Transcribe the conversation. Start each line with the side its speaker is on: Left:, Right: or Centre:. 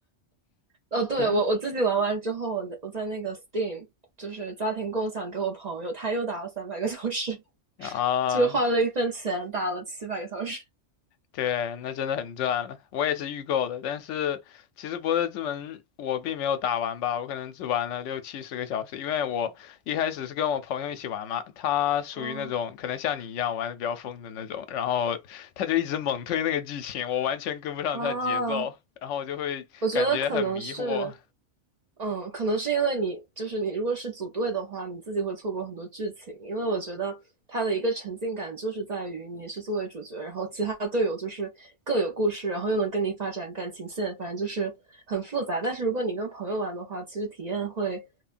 Right: 哦，对，
Left: 对
Right: 我我自己玩完之后，我我在那个 Steam 就是家庭共享给我朋友，他又打了三百个小时，<laughs>
Left: 啊，
Right: 就是花了一份钱打了七百个小时。
Left: 对，那真的很赚了。我也是预购的，但是其实《博德之门》我并没有打完吧，我可能只玩了六七十个小时，因为我一开始是跟我朋友一起玩嘛，他属于那种可能像你一样玩的比较疯的那种，
Right: 哦
Left: 然后他就一直猛推那个剧情，我完全跟不上他的节奏，
Right: 哦，
Left: 然后我就会感觉很迷惑。
Right: 我觉得可能是，嗯，可能是因为你就是你，如果是组队的话，你自己会错过很多剧情。因为我觉得它的一个沉浸感就是在于你是作为主角，然后其他队友就是各有故事，然后又能跟你发展感情线，反正就是很复杂。但是如果你跟朋友玩的话，其实体验会，